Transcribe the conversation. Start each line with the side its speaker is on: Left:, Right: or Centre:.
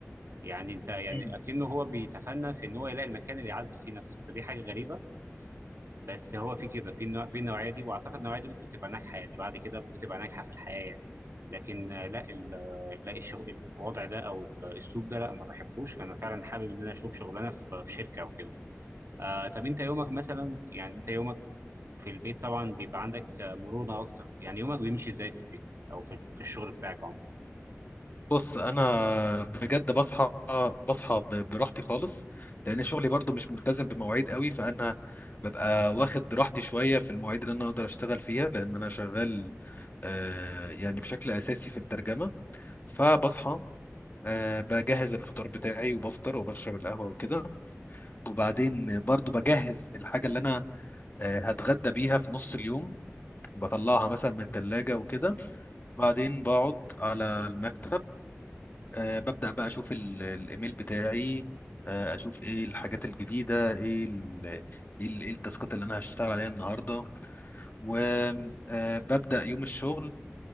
Right: يعني انت يعني
Left: أكيد
Right: اكنه هو بيتفنن في ان هو يلاقي المكان اللي يعزف فيه نفسه فدي حاجه غريبه بس هو في كده في النوع في النوعيه دي واعتقد النوعيه دي ممكن تبقى ناجحه يعني بعد كده ممكن تبقى ناجحه في الحياه يعني لكن آه، لا ال- آه، لا الشغل الوضع ده او الاسلوب ده لا ما بحبوش انا فعلا حابب ان انا اشوف شغلانه في في شركه او كده آه طب انت يومك مثلا يعني انت يومك في البيت طبعا بيبقى عندك آه، مرونه اكتر يعني يومك بيمشي ازاي في البيت او في في الشغل بتاعك عموما
Left: بص انا بجد بصحى بصحى ب- براحتي خالص لان شغلي برضو مش ملتزم بمواعيد قوي فانا ببقى واخد راحتي شويه في المواعيد اللي انا اقدر اشتغل فيها لان انا شغال آه، يعني بشكل اساسي في الترجمه فبصحى آه، بجهز الفطار بتاعي وبفطر وبشرب القهوه وكده وبعدين برضو بجهز الحاجه اللي انا آه، هتغدى بيها في نص اليوم بطلعها مثلا من الثلاجه وكده بعدين بقعد على المكتب آه، ببدأ بقى أشوف ال- الإيميل بتاعي آه، أشوف إيه الحاجات الجديدة إيه ال إيه ال- إيه التاسكات اللي أنا هشتغل عليها النهاردة وببدأ يوم الشغل